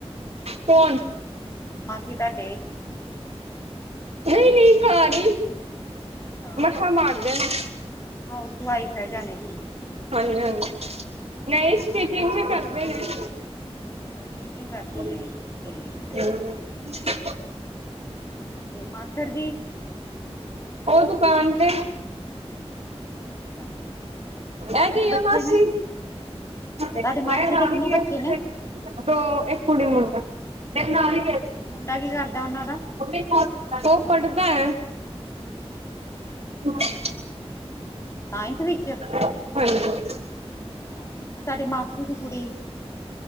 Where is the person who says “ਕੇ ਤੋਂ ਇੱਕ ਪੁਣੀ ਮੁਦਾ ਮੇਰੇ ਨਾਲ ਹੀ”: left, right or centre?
Right